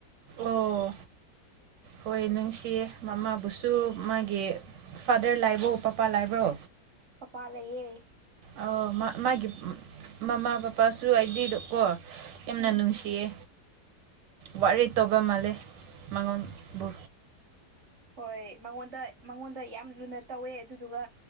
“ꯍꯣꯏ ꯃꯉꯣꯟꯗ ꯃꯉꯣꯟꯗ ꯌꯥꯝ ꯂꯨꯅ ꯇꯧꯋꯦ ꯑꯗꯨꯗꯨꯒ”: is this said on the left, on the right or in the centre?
Right